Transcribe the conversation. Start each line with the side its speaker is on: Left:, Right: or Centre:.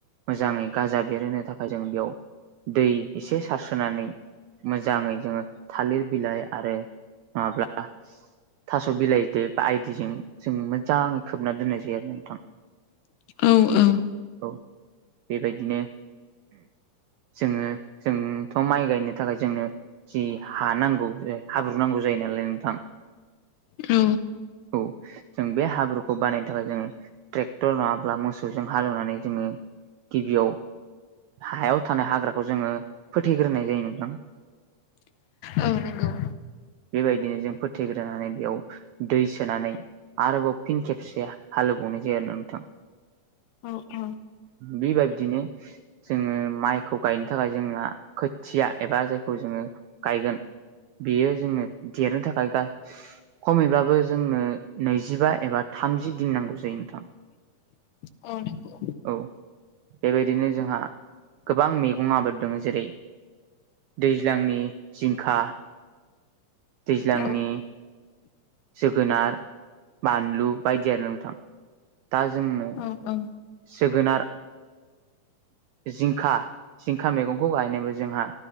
Right: मोजाङै गाजा बेरहोनो थाखाय जों बेयाव दै एसे सारस्रोनानै मोजाङै जोङो थालिर बिलाइ आरो नङाब्ला थास' बिलाइदो बा आइदिजों जों मोजाङै खोबना दोननाय जायो आरो नोंथां
Left: औ औ
Right: औ बेबायदिनो जोङो जोंथ' माइ गायनो थाखाय जोंनो जि हा नांगौ हाब्रु नांगौ जायो नालाय नोंथां
Left: औ
Right: औ जों बे हाब्रुखौ बानायनो थाखाय जोङो ट्रेक्टर नङाब्ला मोसौजों हालेवनानै जोङो गिबियाव हायाव थानाय हाग्राखौ जोङो फोथैग्रोनाय जायो नोंथां
Left: औ नंगौ।
Right: बेबायदिनो जों फोथैग्रोनानै बेयाव दै सोनानै आरोबाव फिन खेबसे हालेवबावनाय जायो आरोना नोंथां।
Left: औ औ
Right: बि बाबदिनो जोङो माइखौ गायनो थाखाय जोंना खोथिया एबा जायखौ जोङो गायगोन बियो जोंङनो देरनो थाखाय खमैब्लाबो जोंनो नैजिबा एबा थामजि दिन नांगौ जायो नोंथां।
Left: औ नंगौ
Right: औ बेबायदिनो जोंहा गोबां मैगं आबाद दङ जेरै दैज्लांनि जिंखा दैज्लांनि
Left: औ
Right: जोगोनार बानलु बायदि आरो नोंथां। दा जोंनो
Left: औ औ
Right: जोगोनार जिंखा जिंखा मैगंखौ गायनोबो जोंहा